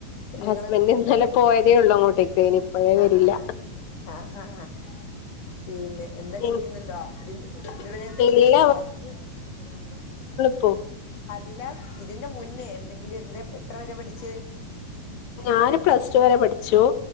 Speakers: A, on the left; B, on the left.
A: നിങ്ങൾ
B: ഹസ്ബൻഡ് ഇന്നലെ
A: എന്താ പഠിച്ച്?
B: പോയതേ ഉള്ളൂ അങ്ങോട്ടേക്ക് ഇനി ഇപ്പഴേ
A: ആഹ്
B: വരില്ല
A: ആഹ് ആഹ് ആഹ് ആഹ് ആഹ് പിന്നെ എന്താ
B: ഇൻ
A: ചെയ്യ്ന്ന്ണ്ടോ ഇതി ഇതുവരെ എന്താ
B: ഇല്ല
A: ചെയ്തീന്നോ വർക്ക്?
B: ഹോ
A: അല്ല ഇതിന്റെ മുന്നേ എന്തെങ്കിലും എന്തേ എത്രവരെ പഠിച്ചേ?
B: ഞാന് പ്ലസ് ടു വരെ പഠിച്ചു